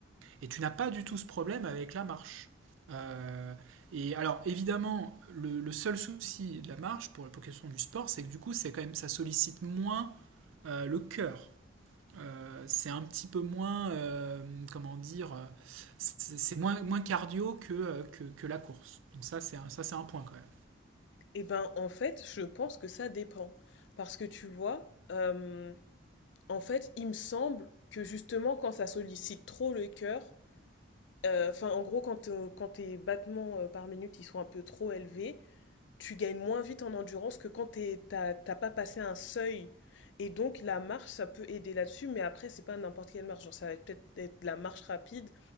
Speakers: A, on the right (about 85°); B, on the left (about 65°).
A: Et tu n'as pas du tout ce problème avec la marche. Euh, et alors, évidemment, le, le seul souci de la marche pour la question du sport, c'est que du coup, c'est quand même, ça sollicite moins euh, le cœur. Euh, c'est un petit peu moins, euh, comment dire, euh, c'est c'est moins, moins cardio que, euh, que, que la course. Donc ça, c'est un, ça, c'est un point quand même.
B: Eh ben, en fait, je pense que ça dépend. Parce que tu vois, euh, en fait, il me semble que justement, quand ça sollicite trop le cœur, euh, enfin, en gros, quand, ton- quand tes battements euh, par minute, ils sont un peu trop élevés, tu gagnes moins vite en endurance que quand t'es- t'as t'as pas passé un seuil. Et donc, la marche, ça peut aider là-dessus, mais après, c'est pas n'importe quelle marche. Genre, ça va peut-être être de la marche rapide